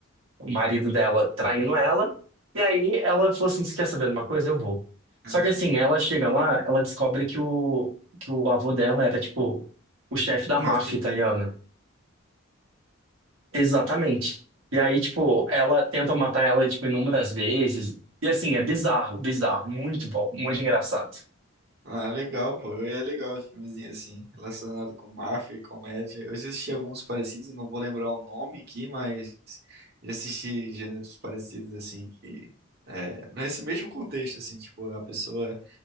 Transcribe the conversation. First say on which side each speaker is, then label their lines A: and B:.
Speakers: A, on the right (about 65°); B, on the right (about 50°).
A: o marido dela traindo ela. E aí ela falou assim: Você quer saber de uma coisa? Eu vou.
B: Ah,
A: Só que assim, ela chega lá, ela descobre que o, que o avô dela era, tipo, o chefe da
B: Mafioso.
A: máfia italiana. Exatamente. E aí, tipo, ela tenta matar ela, tipo, inúmeras vezes. E assim, é bizarro, bizarro. Muito bom, muito engraçado.
B: Ah, legal, pô. É legal o filmezinho assim, relacionado com máfia e comédia. Eu já assisti alguns parecidos, eu não vou lembrar o nome aqui, mas já assisti gêneros parecidos assim que é, nesse mesmo contexto assim, tipo, a pessoa